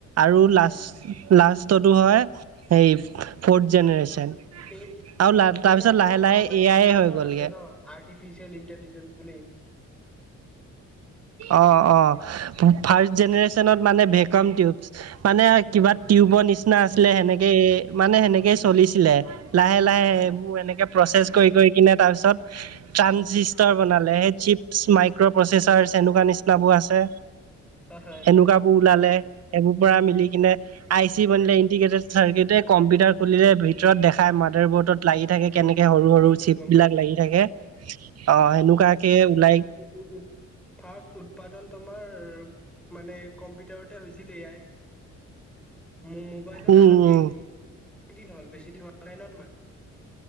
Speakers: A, on the right; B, in the centre.
A: আৰু
B: হয়
A: লাষ্ট লাষ্টতটো হয়, এই ফৰ্থ জেনেৰেশ্যন।
B: এ, এ,
A: আৰু তাৰপিছত
B: এ আইৰ ফুল
A: লাহে
B: ফ্ৰমতোটো
A: লাহে এ আইয়ে হৈ গ'লগে।
B: আছে ন', আৰ্টিফিচিয়েল ইণ্টেলিজেন্ঞ্চ বুলি।
A: অ', অ', ফাৰ্ষ্ট জেনেৰেশ্যনত মানে বেকগ্ৰাউণ্ড টিউবচ, মানে কিবা
B: হয়
A: টিউবৰ নিচিনা আছিলে, সেনেকে মানে সেনেকে চলিছিলে, লাহে-লাহে
B: হয় হয়
A: এইবোৰ এনেকে প্ৰচেছ কৰি-কৰি কিনে তাৰপিছত ট্ৰানচিছটাৰ বনালে, সেই চিপছ্ মাইক মাইক্ৰ' প্ৰ'চেছাৰ্ছ এনেকুৱা নিচিনাবোৰ আছে।
B: হয় হয় হয়
A: এনেকুৱাবোৰ ওলালে, এইবোৰ পৰা
B: উম
A: মিলি কিনে আই চি বনিলে,
B: হয়
A: ইণ্টিগ্ৰেটেড ষ্টাৰগেটে কম্পিউটাৰ খুলিলে ভিতৰত দেখাই মাডাৰবৰ্ড লাগি থাকে,
B: উম
A: কেনেকে
B: উম
A: সৰু-সৰু
B: গম পাইছো
A: চিপ
B: গম
A: বিলাক
B: পাইছো
A: লাগি থাকে, অ', সেনেকুৱাকে ওলাই
B: উ, ফাৰ্ষ্ট উৎপাদন তোমাৰ মানে কম্পিউটাৰতে হৈছিল এআইত, মো, মোবাইলত
A: উম,
B: আহাৰ
A: উম,
B: কেই কেইদিন হ'ল, বেছি দিন হোৱা নাই ন' তোমাৰ?